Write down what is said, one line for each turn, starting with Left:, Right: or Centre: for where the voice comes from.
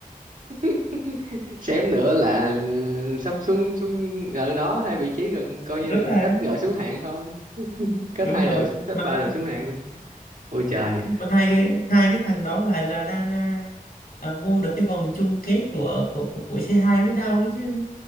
Right: <laughs> xém nữa là ừ, sắp xuống xuống ở đó hai vị trí gần coi
Left: rất
Right: như là
Left: là
Right: cách gọi xuống hạng thôi cách
Left: đúng
Right: hai
Left: rồi
Right: đội xuống cách
Left: mà
Right: ba
Left: hai
Right: đội xuống hạng thôi ôi trời
Left: mà hai cái hai cái thằng đó lại là đang à, à, vô được cái vòng chung kết của của của, của c hai mới đâu ấy chứ